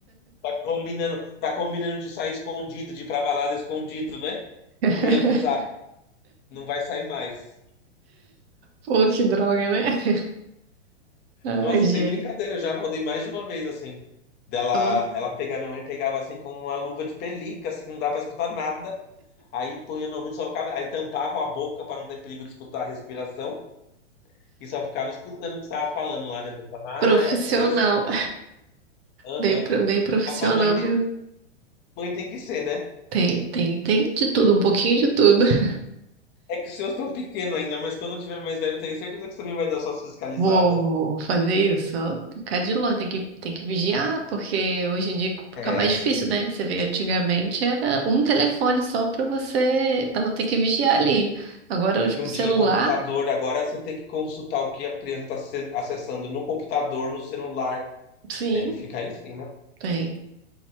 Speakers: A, on the left (about 30°); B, on the right (about 55°).
A: Tá combinando, tá combinando de sair escondido, de ir pra balada escondido, né?
B: <laughs>
A: não ia avisar, não vai sair mais.
B: Pô, que droga, né? <laughs> Ai,
A: Nossa,
B: gente.
A: sem brincadeira, já rodei mais de uma vez assim. Dela,
B: Ó,
A: ela pegava, minha mãe pegava assim com uma luva de pelica, assim, não dá pra escutar nada. Aí punha no ouvido, só ficava, aí tampava a boca para não ter perigo de escutar a respiração e só ficava escutando o que você tava falando lá depois. Falava,
B: Profissional.
A: ah, é? É isso que você vai fazer? Aham.
B: Bem, pro- bem profissional,
A: Ah, mas mãe tem,
B: viu?
A: mãe tem que ser, né?
B: Tem, tem, tem de tudo, um pouquinho de tudo. <laughs>
A: É que os seus estão pequenos ainda, mas quando eu tiver mais velho, eu tenho certeza que você também vai dar suas fiscalizadas.
B: Vou, vou vou fazer isso. ó. Tem que ficar de longe, tem que, tem que vigiar, porque hoje em dia fica
A: É,
B: mais
A: sim.
B: difícil, né? Você vê, antigamente era um telefone só pra você, pra não ter que vigiar ali. Agora, hoje,
A: não
B: com o celular,
A: tinha computador, agora você tem que consultar o que a criança está acessando no computador, no celular.
B: sim,
A: Tem que ficar em cima.
B: tem.